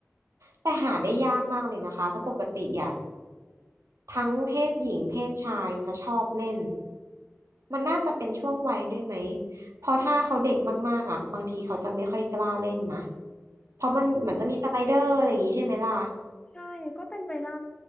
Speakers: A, on the right; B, on the left.
A: แต่หาได้ยากมากเลยนะคะ เพราะปกติอ่ะทั้งเพศหญิงเพศชายจะชอบเล่นมันน่าจะเป็นช่วงวัยด้วยไหมเพราะถ้าเขาเด็กมากๆอ่ะบางทีเขาจะไม่ค่อยกล้าเล่นนะ
B: เป็น
A: เพราะมันเหมือนจะมีสไลเดอร์อะไรอย่างนี้ใช่ไหมล่ะ
B: เอาใช่ก็เป็นไปได้